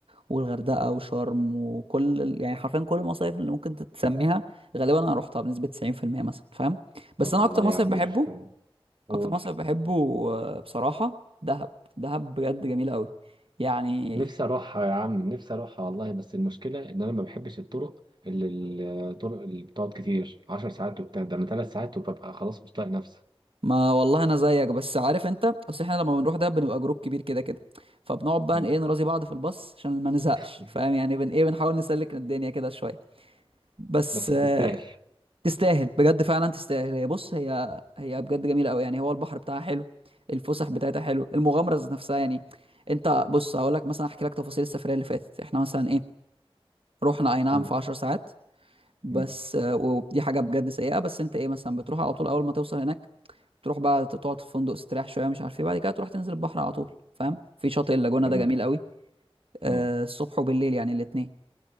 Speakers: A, on the right; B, on the right.
A: والغردقه وشرم وكل ال- يعني حرفيا كل المصايف اللي ممكن تسميها غالبا انا رحتها بنسبه 90% مثلا فاهم بس
B: والله
A: انا اكتر مصيف
B: يا عم
A: بحبه
B: طب قول
A: اكتر مصيف بحبه آه، بصراحه دهب دهب بجد جميله قوي يعني
B: نفسي اروحها يا عم نفسي اروحها والله بس المشكله ان انا ما بحبش الطرق اللي اللي- الطرق اللي بتقعد كتير 10 ساعات وبتاع ده انا 3 ساعات وببقى خلاص مش طايق نفسي
A: ما والله انا زيك بس عارف انت اصل احنا لما بنروح ده بنبقى جروب كبير كده كده فبنقعد بقى
B: مم.
A: ايه نراضي بعض في الباص عشان ما نزهقش
B: <laughs>
A: فاهم يعني بن ايه بنحاول نسلك الدنيا كده شويه بس
B: بس
A: آه،
B: تستاهل
A: تستاهل بجد فعلا تستاهل هي بص هي هي بجد جميله قوي يعني هو البحر بتاعها حلو الفسح بتاعتها حلو المغامره ذات نفسها يعني انت بص هقول لك مثلا احكي لك تفاصيل السفريه اللي فاتت احنا مثلا ايه رحنا اي نعم
B: مم.
A: في 10 ساعات بس
B: مم.
A: آه، ودي حاجه بجد سيئه بس انت ايه مثلا بتروح على طول اول ما توصل هناك تروح بقى تقعد في الفندق تستريح شويه مش عارف ايه بعد كده تروح تنزل البحر على طول فاهم في شاطئ اللاجونه
B: تمام
A: ده جميل قوي آه
B: اه
A: الصبح وبالليل يعني الاثنين